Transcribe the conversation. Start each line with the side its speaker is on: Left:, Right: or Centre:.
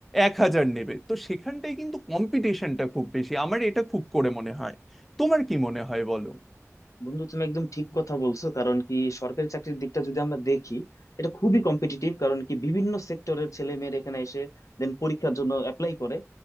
Centre: এক হাজার নেবে তো সেখানটায় কিন্তু কম্পিটিশনটা খুব বেশি আমার এটা খুব করে মনে হয় তোমার কি মনে হয় বলো
Left: বন্ধু তুমি একদম ঠিক কথা বলছো কারণ কি সরকারি চাকরির দিকটা যদি আমরা দেখি এটা খুবই কম্পিটিটিভ কারণ কি বিভিন্ন সেক্টরের ছেলে মেয়েরা এখানে এসে দেন পরীক্ষার জন্য অ্যাপ্লাই করে